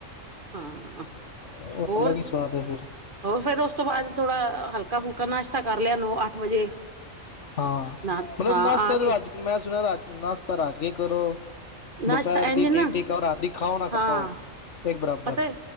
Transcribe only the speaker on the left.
ਉਹ
ਅਲੱਗ ਹੀ ਸਵਾਦ ਹੈ ਫਿਰ
ਹਾਂ
ਮਤਲਬ
ਨੱਸਤਾ
ਰਾਜ ਕੇ ਮੈਂ ਸੁਣਿਆ, ਰੱਜ ਨਾਸਤਾ ਰੱਜ ਕੇ ਕਰੋ-
ਦੁਪਹਿਰ ਦੀ
ਠੀਕ-ਠੀਕ ਆਓ, ਰਾਤ ਦੀ ਖਾਓ ਨਾ ਖਾਓ
ਇੱਕ ਬਰਾਬਰ